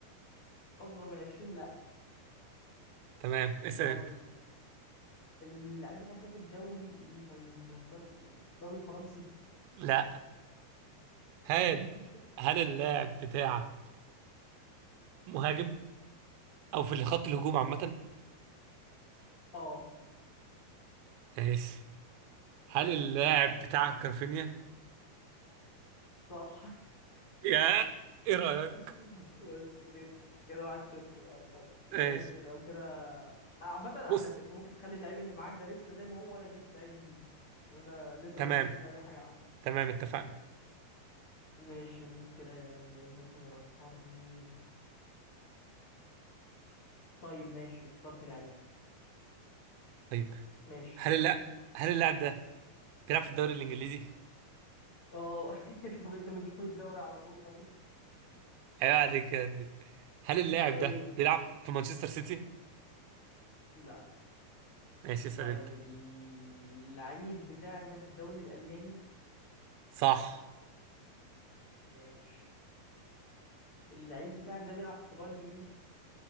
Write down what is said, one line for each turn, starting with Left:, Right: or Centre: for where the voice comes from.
Left: اصغر من 20 لا
Right: تمام اسال
Left: طيب
Right: انت
Left: اللعيب بتاعك ده في الدوري الايه طيب انت مختار ايه في الدوري الفرنسي
Right: لا هل
Left: <laughs>
Right: هل اللاعب بتاعك مهاجم او في خط الهجوم عامة
Left: اه
Right: ماشي هل اللاعب بتاعك كرفينيا
Left: صح
Right: يا ايه رأيك
Left: <laughs> بس كده كده واحد صفر بقى خلاص ماشي
Right: ماشي
Left: لو كده عامة
Right: بص
Left: احنا انت ممكن تخلي اللعيب اللي معاك ده لسه زي ما هو وانا اجيب لعيب جديد عشان انا لسه
Right: تمام
Left: ما وصلتش لاي حاجة عندي
Right: تمام اتفقنا
Left: ماشي ممكن اللعيب مثلا اختار مين طيب ماشي اخترت لعيب
Right: طيب
Left: ماشي
Right: هل اللا... هل اللاعب ده بيلعب في الدوري الانجليزي؟
Left: اه <laughs> طب انت بتجيب الدوري على طول طب
Right: ايوه عليك يا ابني هل اللاعب
Left: طيب
Right: ده بيلعب في مانشستر سيتي؟
Left: لا
Right: ماشي اسال
Left: طيب
Right: انت
Left: اللعيب بتاعك ده في الدوري الالماني
Right: صح
Left: ماشي اللعيب بتاعك ده بيلعب في بايرن ميونخ